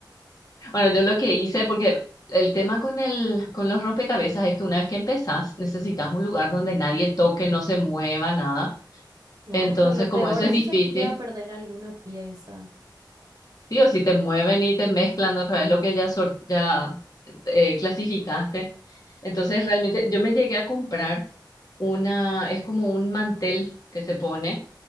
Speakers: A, on the left; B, on the right.
A: Bueno, yo lo que hice, porque el tema con el, con los rompecabezas es que una vez que empezás, necesitas un lugar donde nadie toque, no se mueva nada.
B: Claro,
A: Entonces,
B: lo peor
A: como eso es
B: es
A: difícil,
B: si se llega a perder alguna pieza.
A: sí o sí te mueven y te mezclan otra vez lo que ya, sort- ya eh, clasificaste. Entonces, realmente yo me llegué a comprar una, es como un mantel que se pone.